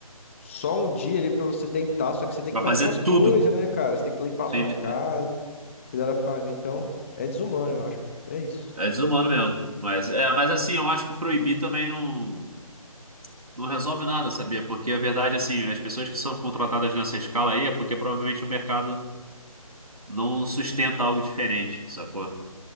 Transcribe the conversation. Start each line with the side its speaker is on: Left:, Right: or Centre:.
Left: só um dia ali pra você deitar, só que você tem
Right: para
Left: que fazer
Right: fazer
Left: suas coisas,
Right: tudo.
Left: né, cara? Você tem que limpar
Right: Entende?
Left: a sua casa cuidar da família. Então, é desumano, eu acho. pô. É isso.
Right: É desumano mesmo. Mas, é, mas assim, eu acho que proibir também não, não resolve nada, sabia? Porque a verdade, assim, as pessoas que são contratadas nessa escala aí é porque provavelmente o mercado não sustenta algo diferente, sacou?